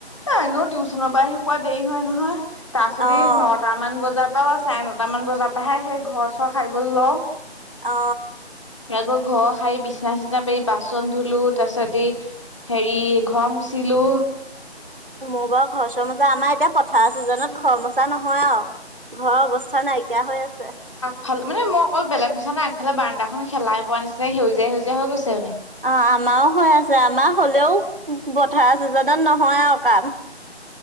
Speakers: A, on the left (about 25°); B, on the right (about 50°).
A: এ এনেও টিউচনৰ পৰা আহি পোৱা দেৰি হয় নহয়। তাক যদি
B: অ',
A: ন টামান বজাৰ পৰাও চাৰে নটাামান বজাৰ পৰাহে সেই ঘৰ চৰ খাইবলে লওঁ।
B: অ।
A: এতিয়া তোৰ ঘৰ সাৰি বিচনা-চিচনা পাৰি বাচন ধু লো তাৰ পাছতি হেৰি ঘৰ মুচিলো।
B: মই বাৰু ঘৰ চৰ মুচা আমাৰ এতিয়া পথাৰ চিজনত ঘৰ মোচা নহয় আৰু ঘৰৰ অৱস্থা নাইকিয়া হৈ আছে।
A: ভাল মানে মই অকল বেলেগ মুছা নাই আগফালে বাৰান্দা হেলাই পোৱা নিচিনা সেউজীয়া সেউজীয়া হৈ গৈছে মানে।
B: অহ, আমাৰো হৈ আছে। আমাৰ হলেও পথাৰ চিজেনত নহয় আৰু কাম।